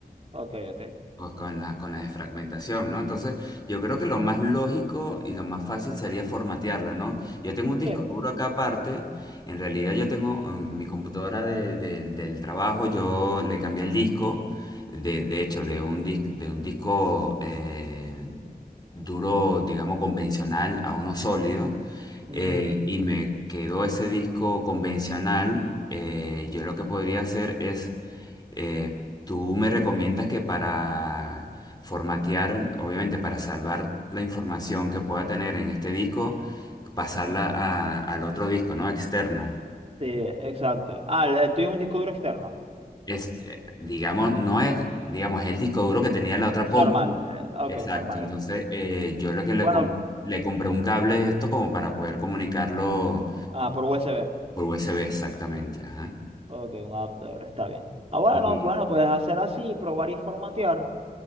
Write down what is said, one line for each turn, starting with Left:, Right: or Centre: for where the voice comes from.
Right: ok, ok.
Left: pues, con la, con la desfragmentación, ¿no? Entonces, yo creo que lo más lógico y lo más fácil sería formatearlo, ¿no? Yo tengo un disco
Right: Sí.
Left: duro acá aparte. En realidad yo tengo mm, mi computadora de- del del trabajo, yo le cambié el disco. De, de hecho, de un, dis- de un disco eh, duro, digamos, convencional a uno sólido.
Right: Ujú.
Left: eh, y me quedó ese disco convencional. eh, yo lo que podría hacer es, eh, tú me recomiendas que para formatear, obviamente para salvar la información que pueda tener en este disco, pasarla a- al otro disco, ¿no? Externo.
Right: Sí, exacto. Ah, el, el tuyo es un disco duro externo.
Left: este, digamos, no es, digamos, es el disco duro que tenía la otra compu.
Right: Normal. eh, ok,
Left: Exacto,
Right: normal,
Left: entonces
Right: ok.
Left: eh, yo
Right: Bueno,
Left: lo que le, com- le compré un cable de esto como para poder comunicarlo
Right: ah, por USB.
Left: por USB, exactamente, ajá.
Right: Ok, un adaptador, está bien. Ah, bueno,
Left: Y,
Right: bueno, puedes hacer así, probar y formatear.